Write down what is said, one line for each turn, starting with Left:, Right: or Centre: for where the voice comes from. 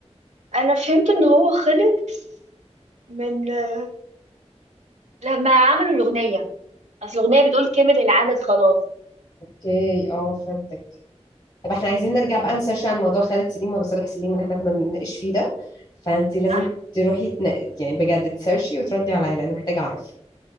Right: انا فهمت ان هو خلص من آه، لما عملوا الاغنية اصل الاغنية بتقول كمل العدد خلاص
Left: اوكي اه فهمتك طب احنا عايزين نرجع بقى نسيرش عن موضوع خالد سليم ولا صالح سليم اللي احنا كنا بنناقش فيه ده فانت لازم
Right: صح
Left: تروحي تنا... يعني بجد تسيرشي وتردي عليا لان محتاجة اعرف